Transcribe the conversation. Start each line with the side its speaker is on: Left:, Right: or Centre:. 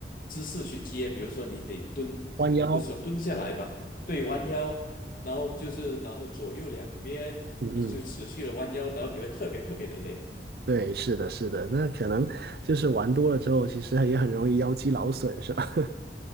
Left: 姿势去接，比如说你得蹲，
Right: 弯腰，
Left: 也不是说蹲下来吧，对，弯腰，然后就是然后左右两边你就持续的弯腰，
Right: 嗯嗯，
Left: 然后你会特别特别的累。
Right: 对，是的，是的，那可能就是玩多了之后，其实也很容易腰肌劳损，是吧？